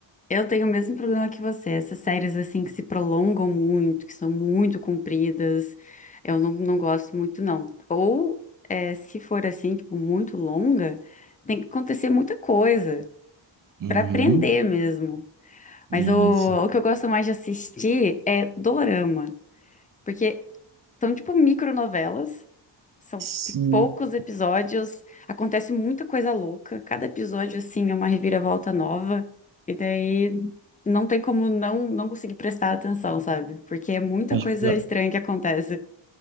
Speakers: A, on the left (about 15°); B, on the right (about 45°).
A: Eu tenho o mesmo problema que você. Essas séries assim que se prolongam muito, que são muito compridas, eu não, não gosto muito, não. Ou é, se for assim, tipo, muito longa, tem que acontecer muita coisa
B: Uhum,
A: pra aprender mesmo. Mas
B: isso.
A: o, o que eu gosto mais de assistir é dorama, porque são tipo micronovelas são
B: Sim,
A: p- poucos episódios, acontece muita coisa louca. Cada episódio, assim, é uma reviravolta nova. E daí não tem como não, não conseguir prestar atenção, sabe? Porque é muita
B: acho
A: coisa
B: que,
A: estranha que acontece.